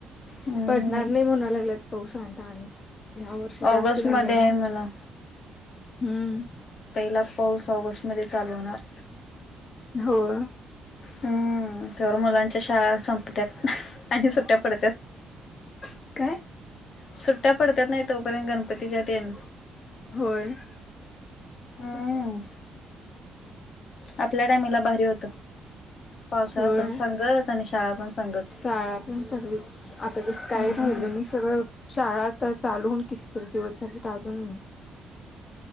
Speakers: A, on the left; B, on the left.
A: हम्म
B: पडणार नाही, म्हणा लागलेत पाऊसां आता आणि. ह्या वर्षी जास्त
A: ऑगस्ट
B: नाहीये
A: मध्ये आहे
B: मग,
A: म्हण.
B: हम्म.
A: पहिला पाऊस ऑगस्ट मध्ये चालू होणार.
B: होय
A: हम्म त्यावर मुलांच्या शाळा संपतात, आणि सुट्ट्या पडत्याात. ह <inaudible>
B: काय?
A: सुट्ट्या पडतात नाही तोपर्यंत, गणपतीच्यान ते न.
B: होय.
A: हम्म आपल्या टायमला भारी होतं. पावसाळा
B: होय
A: पण संगच आणि शाळा पण संगच
B: शाळा पण सगळीच, आता तस काय
A: हम्म
B: राहिल नाही. सगळ शाळा चालू होन कितीतरी दिवस झाले त अजून